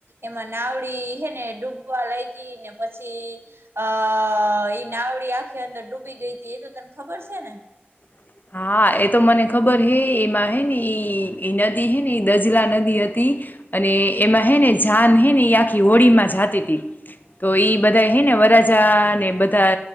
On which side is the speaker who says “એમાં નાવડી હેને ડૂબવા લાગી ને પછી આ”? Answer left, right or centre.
Right